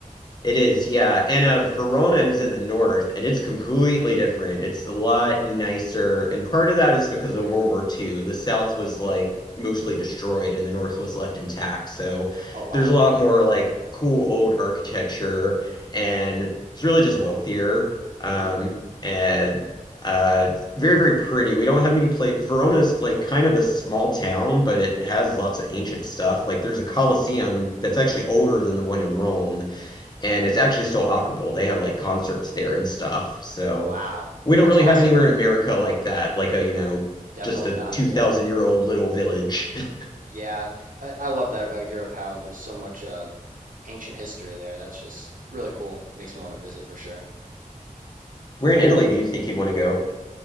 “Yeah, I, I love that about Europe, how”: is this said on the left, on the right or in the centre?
Right